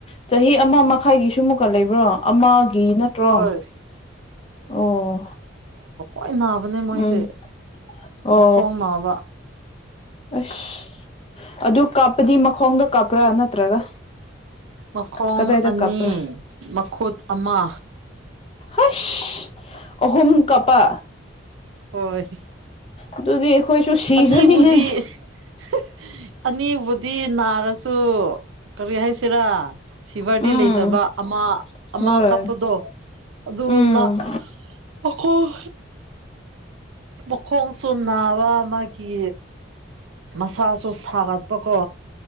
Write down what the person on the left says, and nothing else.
ꯆꯍꯤ ꯑꯃ ꯃꯈꯥꯏꯒꯤꯁꯨ ꯑꯃꯨꯛꯀ ꯂꯩꯕ꯭ꯔꯣ ꯑꯃ ꯒꯤ ꯅꯠꯇ꯭ꯔꯣ
ꯑꯣ
ꯎꯝ ꯑꯣ
ꯑꯁ ꯑꯗꯨ ꯀꯥꯞꯄꯗꯤ ꯃꯈꯣꯡꯗ ꯀꯥꯞꯄ꯭ꯔꯥ ꯅꯠꯇ꯭ꯔꯒ
ꯀꯗꯥꯏꯗ
ꯀꯥꯞꯄ꯭ꯔꯥ
ꯍꯁ ꯑꯍꯨꯝ ꯀꯥꯞꯄ
ꯑꯗꯨꯗꯤ ꯑꯩꯈꯣꯏꯁꯨ ꯁꯤꯔꯅꯤꯍꯦ
ꯎꯝ
ꯍꯣꯏ
ꯎꯝ